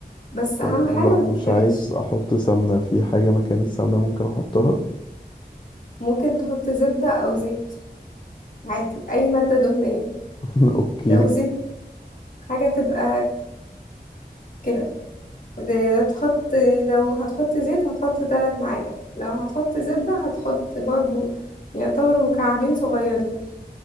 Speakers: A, on the left (about 50°); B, on the left (about 30°).
A: بس
B: طيب
A: أهم حاجة
B: ولو
A: ما
B: مش
A: تتحرقش
B: عايز أحط سمنة في حاجة مكان السمنة ممكن أحطها
A: ممكن تحط زبدة أو زيت عادي أي مادة دهنية
B: <laughs> أوكي
A: لو زيت حاجة تبقى كده ت- تحط لو هتحط زيت هتحط ثلاث معالق لو هتحط زبدة هتحط برضو يعتبروا مكعبين صغيرين